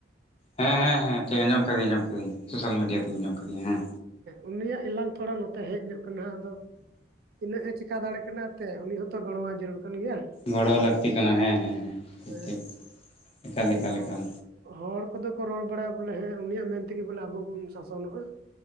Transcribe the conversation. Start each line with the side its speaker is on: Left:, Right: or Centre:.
Left: ᱦᱮᱸ ᱦᱮᱸ ᱦᱮᱸ ᱴᱷᱤᱠ ᱟᱸᱡᱚᱢ ᱠᱟᱹᱫᱤᱭᱟᱹᱧ ᱟᱡᱚᱢ ᱠᱟᱹᱫᱤᱭᱟᱹᱧ ᱥᱚᱥᱟᱞ ᱢᱤᱰᱤᱭᱟ ᱛᱤᱧ ᱟᱸᱡᱚᱢ ᱠᱟᱫᱮᱭᱟ ᱦᱮᱸ
Right: ᱩᱱᱤᱭᱟᱜ ᱮᱞᱟᱝ ᱛᱷᱚᱲᱟ ᱱᱚᱛ ᱛᱮ ᱦᱮᱡ ᱧᱚᱜ ᱠᱟᱱᱟ ᱟᱫᱚ ᱤᱱᱟᱹ ᱦᱮ ᱪᱮᱠᱟ ᱫᱟᱲᱮᱜ ᱠᱟᱱᱟ ᱛᱮ ᱩᱱᱤ ᱦᱚᱸᱛᱚ ᱜᱚᱲᱚᱣᱟᱭ ᱡᱟᱹᱨᱩᱲ ᱠᱟᱱ ᱜᱮᱭᱟ
Left: ᱜᱚᱲᱚ ᱞᱟᱹᱠᱛᱤ ᱠᱟᱱᱟ ᱦᱮᱸ ᱦᱮᱸ ᱦᱮᱸ
Right: ᱦᱮ
Left: ᱴᱷᱤᱠ ᱮᱠᱟᱞ
Right: ᱟᱫᱚ
Left: ᱮᱠᱟᱞ ᱮᱠᱟᱞ
Right: ᱦᱚᱲ ᱠᱚᱫᱚ ᱠᱚ ᱨᱚᱲ ᱵᱟᱲᱟᱭᱟ ᱵᱚᱞᱮ ᱦᱮᱸ ᱩᱱᱤᱭᱟᱜ ᱢᱮᱱ ᱛᱮᱜᱮ ᱵᱚᱞᱮ ᱟᱵᱚ ᱵᱚᱱ ᱥᱟᱥᱚᱱᱚᱜ-ᱟ